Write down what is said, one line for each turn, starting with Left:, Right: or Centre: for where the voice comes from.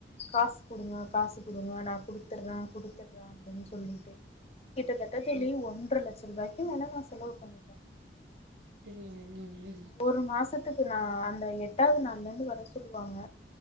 Left: காசு குடுங்க காசு குடுங்க நா குடுத்துடுறே குடுத்துடுறே அப்டின்னு சொல்லிட்டு கிட்டத்தட்ட தெழி
Right: ம்
Left: ஒன்ர லட்ச ரூபாய்க்கு வே னா நா செலவு பண்ணிட்டே
Right: ம் ம் ம்
Left: ஒரு மாசத்துக்கு நா அந்த எட்டாவது நாள்ல இருந்து வர சொல்லுவாங்க